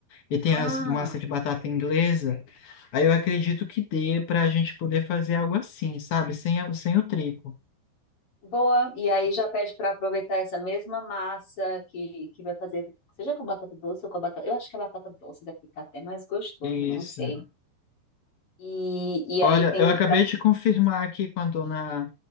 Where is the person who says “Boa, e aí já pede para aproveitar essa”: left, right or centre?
Left